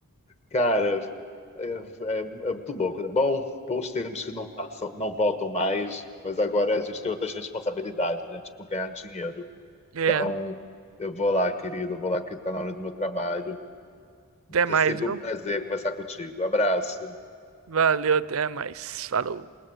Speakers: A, on the left; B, on the right.
A: Cara, é, é- é muito bom. É bom, bons tempos que não passam, não voltam mais, mas agora a gente tem outras responsabilidades, né? Tipo, ganhar dinheiro.
B: É,
A: Então, eu vou lá, querido, eu vou lá que tá na hora do meu trabalho. Vai
B: até
A: ser
B: mais,
A: sempre
B: viu?
A: um prazer conversar contigo. Abraço.
B: Valeu, até mais. Falou.